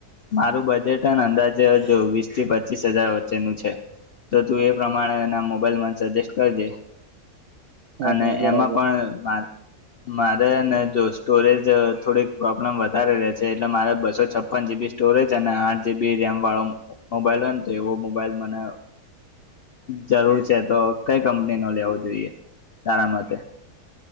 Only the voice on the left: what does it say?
મારું બજેટ, અને અંદાજે હજુ વીસ થી પચીસ હજાર વચ્ચેનું છે. તો તું એ પ્રમાણેના મોબાઈલમાં સજેસ્ટ કરજે.
અને
એમાં પણ મારે જો સ્ટોરેજ થોડીક પ્રોબ્લેમ વધારે રે છે, એટલે મારે બસો છપ્પન જીબી સ્ટોરેજ અને આઠ જીબી રેમ વાળો મોબાઈલ હોય ને, તો એવો મોબાઈલ મને જરૂર છે. તો કઈ કંપની નો લેવો જોઈએ, તારા માટે?